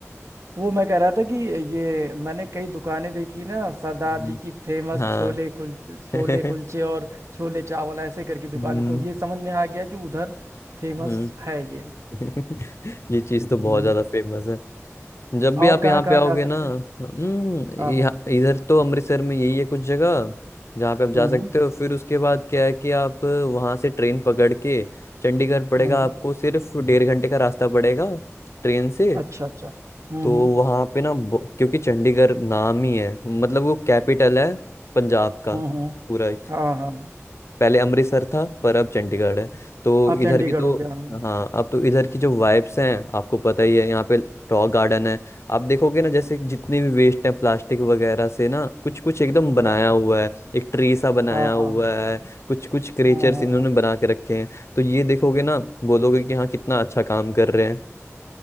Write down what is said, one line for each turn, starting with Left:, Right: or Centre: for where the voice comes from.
Right: वो मैं कह रहा था कि ये मैंने कई दुकानें देखी ना सरदार
Left: हम्म,
Right: जी की फेमस
Left: हाँ
Right: छोले कुल छोले
Left: <laughs>
Right: कुलचे और छोले चावल ऐसे करके दुकानें
Left: हम्म
Right: तो ये समझ में आ गया कि उधर फेमस
Left: हम्म,
Right: है ये
Left: <laughs> ये चीज तो बहुत
Right: हम्म
Left: ज्यादा फेमस है जब
Right: और
Left: भी आप यहाँ
Right: कहाँ कहाँ
Left: पे आओगे
Right: जा सकते
Left: ना
Right: हैं
Left: हम्म
Right: हाँ
Left: यहाँ
Right: हाँ
Left: इधर तो अमृतसर में यही है कुछ जगह जहाँ पे आप जा
Right: हम्म
Left: सकते
Right: हम्म
Left: हो फिर उसके बाद क्या है कि आप वहाँ से ट्रेन पकड़ के चंडीगढ़ पड़ेगा
Right: हम्म, हम्म।
Left: आपको सिर्फ डेढ़ घंटे का रास्ता पड़ेगा ट्रेन से
Right: अच्छा अच्छा हम्म
Left: तो
Right: हम्म
Left: वहाँ पे ना ब- क्योंकि चंडीगढ़ नाम ही है मतलब वो कैपिटल है पंजाब का
Right: हम्म हम्म,
Left: पूरा
Right: हाँ हाँ
Left: पहले अमृतसर था पर अब चंडीगढ़ है तो
Right: आप चंडीगढ़
Left: इधर की तो
Right: हो गया हाँ हम्म,
Left: हाँ अब तो इधर की जो वाइब्स हैं आपको पता ही है यहाँ पे रॉक गार्डन है आप देखोगे ना जैसे जितने भी वेस्ट है प्लास्टिक वगैरह से ना कुछ कुछ एकदम बनाया
Right: हाँ
Left: हुआ है एक ट्री सा बनाया
Right: हाँ
Left: हुआ
Right: हाँ
Left: है कुछ कुछ क्रिएचर्स
Right: हाँ हाँ
Left: इन्होंने
Right: हाँ,
Left: बना के रखे हैं तो ये देखोगे ना बोलोगे कि हाँ कितना अच्छा काम कर रहे हैं